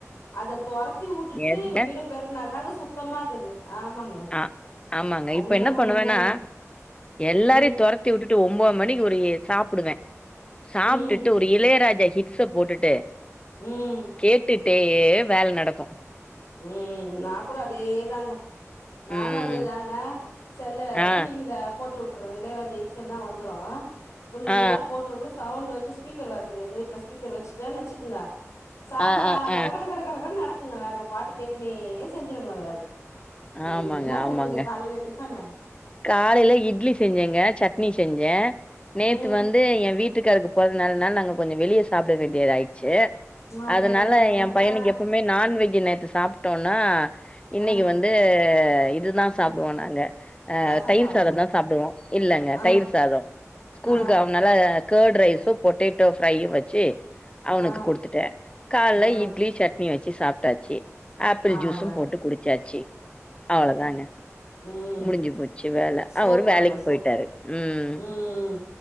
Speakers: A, on the left; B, on the left.
A: அத தொரத் தி உட்டுட்டு
B: எத
A: வீட பெருக்கன தாங்க சுத்தமாகிது ஆமாங்க
B: ஆ ஆமாங்க
A: அது
B: இப்ப
A: என்னவோ
B: என்ன பண்ணுவேன்னா
A: உண்மதாங்க
B: எல்லாரையும்
A: ம்
B: தொரத் தி உட்டுட்டு ஒன்பது மணிக்கு ஒரு எ சாப்டுவன் சாப்ட்டுட்டு
A: ம்
B: ஒரு இளையராஜா ஹிட் ஸு போட்டுட்டு
A: ம்
B: கேட்டுட்டேயே வேல நடக்கும்
A: ம் நா கூட அதே தாங்க நானு
B: ம்
A: அதே தாங்க செல்ல
B: ஆ
A: டிவி ல போட்டு உட்டுருவ இளையராஜா ஹிட்ஸ் எல்லா வந்துரும் ஃபுல்லா
B: ஆ
A: போட்டு உட் டு சவுண்டு வச்சி ஸ்பீக்கர் வேறகீது எங்க வீட்ல ஸ்பீக்கர் வச்சிட்டன் வச்சிக்குங்க சாமவா
B: ஆ ஆ
A: கடகட
B: ஆ ஆ
A: கட கட கடன்னு நடக்குங்க வேல பாட்டு கேட்டுனே செஞ்சிருவங்க வேல ம்
B: ஆமாங்க
A: என்னா
B: ஆமாங்க
A: செஞ்சீங்க காலையில டிஃபனு
B: காலையில இட்லி செஞ்சேங்க சட்னி செஞ்சேன் நேத்து
A: ம்
B: வந்து ஏன் வீட்டுக்காருக்கு பொறந்த நாளு அனால நாங்க கொஞ்சம் வெளிய சாப்ட வேண்டியதாயிடுச்சி
A: அடடடடே
B: அதனால என் பையனுக்கு
A: ஆ
B: எப்பவுமே நான்வெஜி நேத்து சாப்ட்டோன்னா இன்னைக்கு
A: ஆ
B: வந்து இதுதா
A: ஆ
B: சாப்டுவோம் நாங்க ஆ
A: ரசம்
B: தயிர் சாதம்
A: தான்.
B: தா சாப்டுவோம் இல்லங்க
A: ஆ
B: தயிர் சாதம் ஸ்கூலுக்கு
A: ஆ
B: அனால கர்ட் ரைஸும் பொட்டேட்டோ ஃப்ரையும் வச்சி அவனுக்கு
A: ஆ
B: குடுத்துட்டேன் கால்ல
A: ஆ
B: இட்லி சட்னியும் வச்சி சாப்ட்டாச்சி ஆப்பிள்
A: அவ்ளோ
B: ஜூஸும் போட்டு குடிச்சாச்சி அவ்ளோதாங்க
A: ம்
B: முஞ்சி போச்சி வேல
A: சூப்பருங்க
B: அவரும் வேலைக்கு
A: சூப்பர்
B: போயிட்டாரு ம்
A: ம்